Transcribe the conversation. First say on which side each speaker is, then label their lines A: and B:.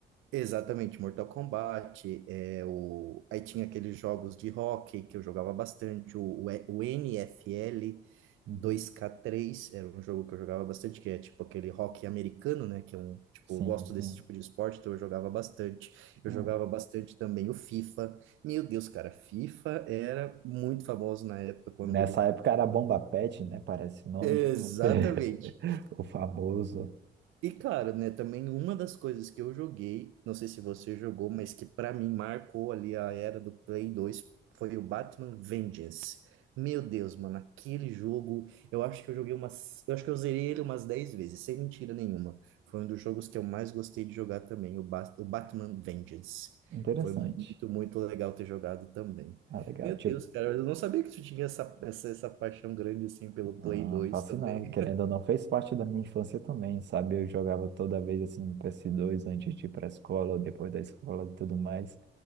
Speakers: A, on the right (about 85°); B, on the right (about 60°).
A: Exatamente, Mortal Kombat, é, o... aí tinha aqueles jogos de hóquei que eu jogava bastante, o, o, E- o NFL
B: Uhum.
A: dois k três era um jogo que eu jogava bastante, que é tipo aquele hóquei americano, né, que é um, tipo,
B: Sim,
A: eu gosto
B: sim.
A: desse tipo de esporte, então eu jogava bastante, eu
B: Ah,
A: jogava bastante também o FIFA, meu Deus, cara, FIFA era muito famoso na época quando...
B: Nessa
A: do-
B: época era Bomba Pet, né? Parece o nome.
A: Exatamente,
B: <laughs> O famoso.
A: e cara, né, também uma das coisas que eu joguei, não sei se você jogou, mas que pra mim marcou ali a era do Play 2 foi o Batman Vengeance. Meu Deus, mano, aquele jogo, eu acho que eu joguei umas, eu acho que eu zerei ele umas 10 vezes, sem mentira nenhuma. Foi um dos jogos que eu mais gostei de jogar também, o, Ba- o Batman Vengeance.
B: Interessante.
A: Foi muito, muito legal ter jogado também.
B: Ah, legal.
A: Meu
B: Tipo
A: Deus, cara, eu não sabia que tu tinha essa, essa, essa paixão grande assim pelo
B: Ah,
A: Play 2
B: fascinado,
A: também.
B: querendo ou não, fez parte da minha infância também, sabe? Eu jogava toda vez assim no PS2 antes de ir pra escola, depois da escola e tudo mais.